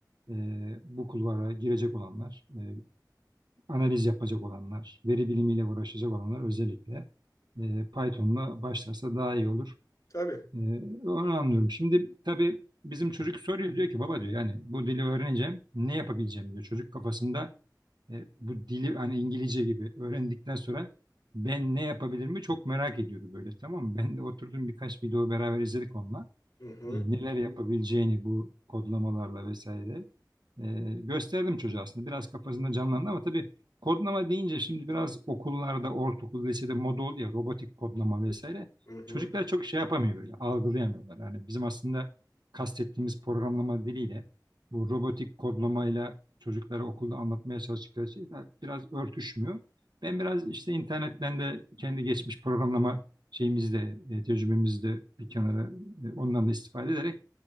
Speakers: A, on the right; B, on the left.
A: e, bu kulvara girecek olanlar, e, analiz yapacak olanlar, veri bilimiyle uğraşacak olanlar özellikle e, Python'la başlarsa daha iyi olur.
B: Tabii.
A: E, onu anlıyorum. Şimdi tabii bizim çocuk soruyor diyor ki baba diyor yani bu dili öğreneceğim ne yapabileceğim diyor. Çocuk kafasında e, bu dili hani İngilizce gibi öğrendikten sonra ben ne yapabilir mi çok merak ediyordu böyle tamam mı? Ben de oturdum birkaç video beraber izledik onunla
B: Hı hı.
A: e, neler yapabileceğini bu kodlamalarla vesaire e, gösterdim çocuğa aslında. Biraz kafasında canlandı ama tabii kodlama deyince şimdi biraz okullarda, ortaokul, lisede moda oldu ya robotik kodlama vesaire.
B: Hı hı.
A: Çocuklar çok şey yapamıyor böyle, algılayamıyorlar. Yani bizim aslında kastettiğimiz programlama diliyle bu robotik kodlamayla çocuklara okulda anlatmaya çalıştıkları şey biraz örtüşmüyor. Ben biraz işte internetten de kendi geçmiş programlama şeyimizde, e, tecrübemizde bir kenara e, ondan da istifade ederek